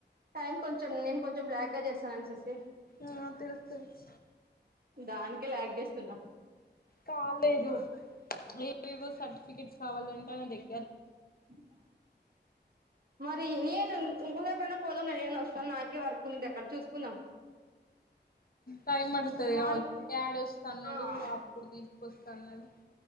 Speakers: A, on the right (about 55°); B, on the left (about 55°).
A: టైం కొంచెం నేను కొంచెం బ్లాక్ గా చేస్తానని సిస్టర్
B: ఆ తెలుసు తెలుసు
A: దానికే లాగ్ చేస్తున్నా.
B: కాలేదు ఎ ఏవో సర్టిఫికెట్ కావాలంట నా దాగ్
A: <inaudible> మరి నేను ఇంకొసారి ఎప్పుడన్నా పోదాం నేను వస్తాను. నాకి వర్క్ ఉంది అక్కడ చూసుకుందాం.
B: టైమ్ పడుతది
A: మా
B: కావచ్చు డాడీ వస్త అన్నాడు
A: ఆ
B: అప్పుడు తీసుకొస్త కల్లర్